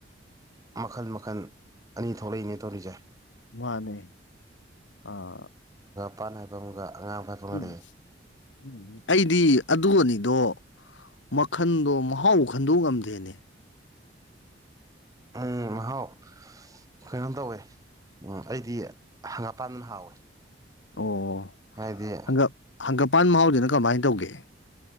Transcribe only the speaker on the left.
ꯃꯥꯅꯦ ꯑꯥ
ꯎꯝ
ꯎꯝ ꯑꯩꯗꯤ ꯑꯗꯨ ꯑꯅꯤ ꯑꯣ ꯃꯈꯟꯗꯣ ꯃꯍꯥꯎ ꯈꯟꯗꯣꯛ ꯉꯝꯗꯦꯅꯦ
ꯑꯣ
ꯍꯪꯒꯞ ꯍꯪꯒꯄꯥꯟ ꯃꯍꯥꯎꯁꯤꯅ ꯀꯃꯥꯏꯅ ꯇꯧꯒꯦ